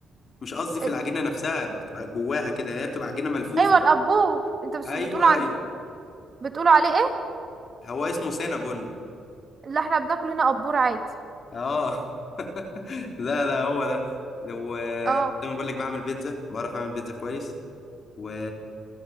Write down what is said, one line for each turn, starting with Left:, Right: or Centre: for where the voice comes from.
Left: مش قصدي في
Right: انت-
Left: العجينه نفسها بتبقى جواها كده هي بتبقى عجينه ملفوفه
Right: ايوه القبور انت بس
Left: ايوه
Right: بتقولوا عندكم
Left: ايوه
Right: بتقولوا عليه ايه
Left: هو اسمه سينابون
Right: اللي احنا بناكل هنا قبور عادي
Left: اه <laughs> لا لا هو ده وزي
Right: اه
Left: ما بقول لك بعمل بيتزا بعرف اعمل بيتزا كويس و...